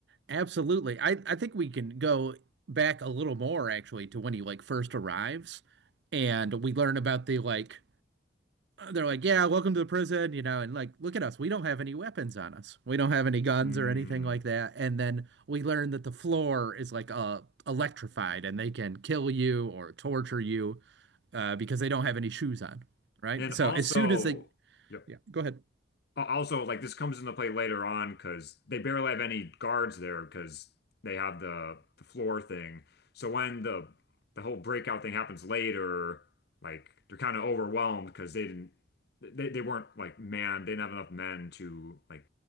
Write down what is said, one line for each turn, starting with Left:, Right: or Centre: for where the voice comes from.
Right: Absolutely. I, I think we can go back a little more actually to when he like first arrives and we learn about the like they're like, yeah, welcome to the prison, you know, and like, look at us. We don't have any weapons on us. We don't have any guns
Left: Mm.
Right: or anything like that. And then we learn that the floor is like uh electrified and they can kill you or torture you uh because they don't have any shoes on, right?
Left: And
Right: So
Left: also,
Right: as soon as they,
Left: yeah.
Right: yeah, go ahead.
Left: Also, like this comes into play later on because they barely have any guards there because they have the the floor thing. So when the the whole breakout thing happens later, like they're kind of overwhelmed because they didn't they, they weren't like man they didn't have enough men to like